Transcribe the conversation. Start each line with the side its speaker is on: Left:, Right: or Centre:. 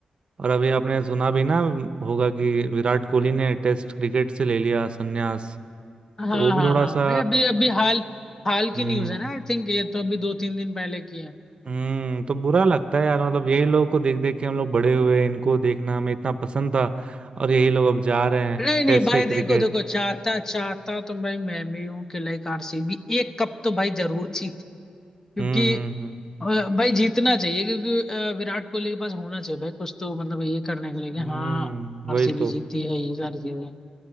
Right: और अभी आपने सुना भी ना होगा कि विराट कोहली ने टेस्ट क्रिकेट से ले लिया संन्यास
Left: हाँ
Right: तो वो
Left: हाँ
Right: भी थोड़ा
Left: हाँ
Right: सा
Left: भाई अभी अभी हाल हाल की
Right: हम्म
Left: न्यूज है ना आई थिंक ये तो अभी दो तीन दिन पहले की है
Right: हम्म तो बुरा लगता है यार मतलब यही लोगों को देख देख के हम लोग बड़े हुए इनको देखना हमें इतना पसंद था और यही लोग अब जा रहे हैं
Left: नहीं नहीं
Right: टेस्ट
Left: भाई
Right: पे क्रिकेट
Left: देखो देखो चाहता चाहता तो भाई मैं भी हूँ कि लाइक आरसीबी एक कप तो भाई जरूर जीते क्योंकि
Right: हम्म हम्म
Left: और भाई जीतना चाहिए क्योंकि अ, विराट कोहली के पास होना चाहिए भाई कुछ तो मतलब ये करने के लिए कि हाँ
Right: हम्म हम्म,
Left: आरसीबी
Right: वही तो
Left: जीती है ये सारी चीजें